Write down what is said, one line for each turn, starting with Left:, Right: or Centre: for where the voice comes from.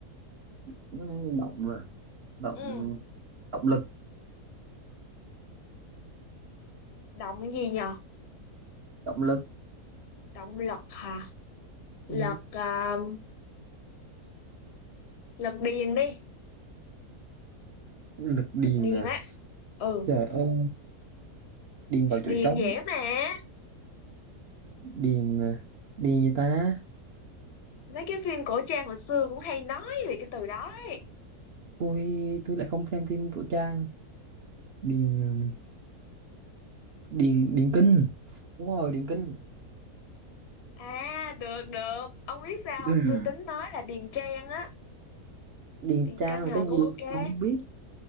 Right: Ừ, động mà động
Left: ừ.
Right: động lực
Left: động gì nhờ
Right: động lực
Left: động lực hả lực
Right: Ừ,
Left: à, lực điền đi
Right: lực điền
Left: lực điền
Right: à
Left: á ừ
Right: trời ơi điền vào
Left: điền
Right: chỗ trống
Left: dễ mà
Right: điền à. điền gì ta
Left: mấy cái phim cổ trang hồi xưa cũng hay nói về cái từ đó ấy
Right: ui tôi lại không xem phim của Trang điền điền điền kinh đúng rồi điền kinh
Left: à được được ông biết sao
Right: Ừ.
Left: không tôi tính nói là Điền Trang á
Right: Điền
Left: Điền
Right: Trang
Left: Kinh
Right: là
Left: hả
Right: cái
Left: cũng
Right: gì
Left: ok
Right: tôi không biết